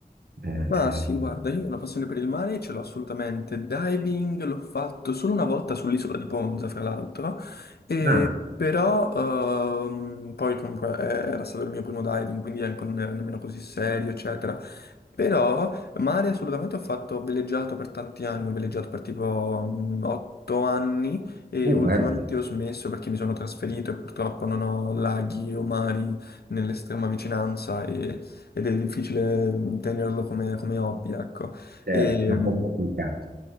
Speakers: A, on the right; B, on the left.
A: eh,
B: Ma
A: eh,
B: sì, guarda, io ho una passione per il mare e ce l'ho assolutamente. Diving l'ho fatto solo una volta sull'isola di Ponza, fra l'altro, e-
A: ah,
B: però ehm, poi comunque eh, era stato il mio primo diving, quindi anche non era nemmeno così serio, eccetera. Però mare assolutamente ho fatto, ho veleggiato per tanti anni, ho veleggiato per tipo mm, otto anni e
A: uh,
B: ultimamente
A: bello,
B: ho smesso perché mi sono trasferito e purtroppo non ho laghi o mari nell'estrema vicinanza ed è difficile mm, tenerlo come, come hobby, ecco.
A: certo,
B: Certo. E,
A: un
B: mh,
A: po' complicato.